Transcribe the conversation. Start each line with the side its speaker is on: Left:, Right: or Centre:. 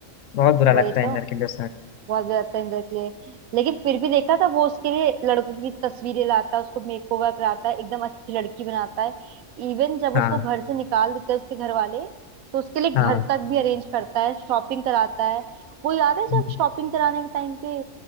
Left: बहुत बुरा लगता
Right: वही
Left: है
Right: तो
Left: इंदर के लिए
Right: बहुत ज्यादा तंग करती है लेकिन फिर भी देखा था वो उसके लिए लड़कों की तस्वीरें लाता है उसको मेकओवर कराता है एकदम अच्छी लड़की बनाता है इवन जब
Left: हाँ
Right: उसको घर से निकाल देते हैं उसके घर वाले तो उसके लिए घर
Left: हाँ
Right: तक भी अरेंज करता है शॉपिंग कराता है वो याद है
Left: हम्म,
Right: जब शॉपिंग कराने के टाइम पे